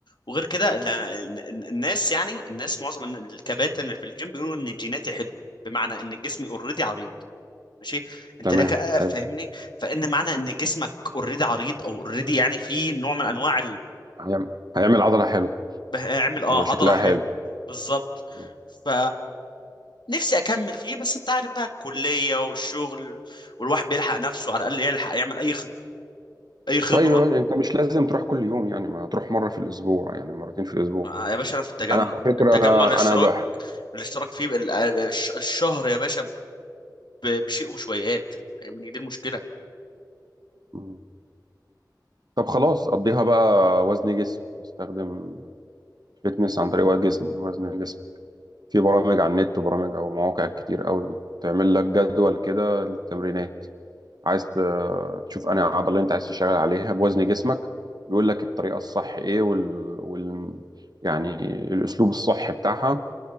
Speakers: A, on the left; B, on the right.
A: وغير كده ال- ال- الناس يعني الناس معظم الن- الكباتن اللي في الجيم بيقولوا ان جيناتي حلوه بمعنى ان جسمي اوريدي عريض ماشي انت
B: تمام
A: لك آه،
B: حلو
A: فاهمني فان معنى ان جسمك اوريدي عريض او اوريدي يعني في نوع من انواع
B: هيعمل هيعمل عضلة حلو
A: اعمل اه
B: هيبقى شكلها
A: هضرة حلو
B: حلو
A: بالظبط
B: مم.
A: ف نفسي اكمل فيه بس انت عارف بقى الكلية والشغل والواحد بيلحق نفسه على الاقل يلحق يعمل اي خب... اي خبرة
B: طيب يا باشا، انت مش لازم تروح كل يوم يعني ما تروح مرة في الأسبوع يعني مرتين في الأسبوع
A: آه يا باشا انا في التجمع
B: أنا على فكرة
A: التجمع
B: أنا
A: الاشتراك
B: أنا بح...
A: الاشتراك فيه بال- آه، الش- الشهر يا باشا ب- بشيء وشويات يعني دي المشكلة
B: مم. طب خلاص قضيها بقى وزن جسم استخدم فتنس عن طريق وزن وزن جسم في برامج على النت وبرامج أو مواقع كتير قوي بتعمل لك جدول كده للتمرينات عايز ت- تشوف انهي عضله اللي انت عايز تشتغل عليها بوزن جسمك بيقول لك الطريقه الصح ايه وال... وال... يعني الاسلوب الصح بتاعها